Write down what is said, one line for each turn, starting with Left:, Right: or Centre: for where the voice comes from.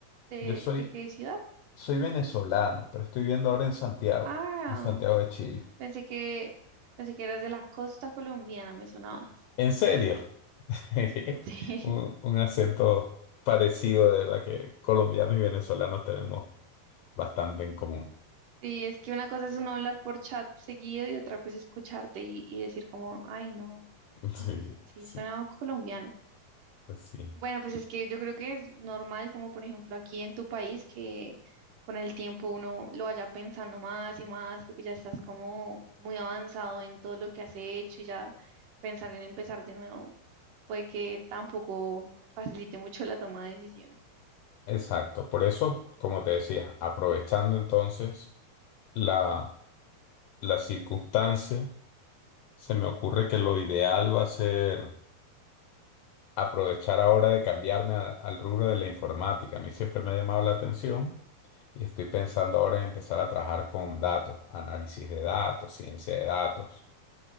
Right: ¿De,
Left: Yo soy,
Right: de qué ciudad?
Left: soy venezolano, pero estoy viendo ahora en Santiago,
Right: Ah,
Left: en Santiago de Chile.
Right: pensé que, pensé que eras de la costa colombiana, me sonabas.
Left: ¿En serio? <laughs>
Right: <laughs>
Left: Un,
Right: Sí,
Left: un acento parecido, de verdad que colombianos y venezolanos tenemos bastante en común.
Right: sí, es que una cosa es uno hablar por chat seguido y otra pues escucharte y, y decir como, ay, no,
Left: <laughs>
Right: no,
Left: sí,
Right: sí,
Left: sí,
Right: suena colombiano.
Left: pues sí.
Right: Bueno, pues es que yo creo que es normal, como por ejemplo aquí en tu país, que con el tiempo uno lo vaya pensando más y más, porque ya estás como muy avanzado en todo lo que has hecho y ya pensar en empezar de nuevo puede que tampoco facilite mucho la toma de decisiones.
Left: Exacto, por eso, como te decía, aprovechando entonces la, la circunstancia, se me ocurre que lo ideal va a ser aprovechar ahora de cambiarme a- al rubro de la informática. A mí siempre me ha llamado la atención y estoy pensando ahora en empezar a trabajar con datos, análisis de datos, ciencia de datos.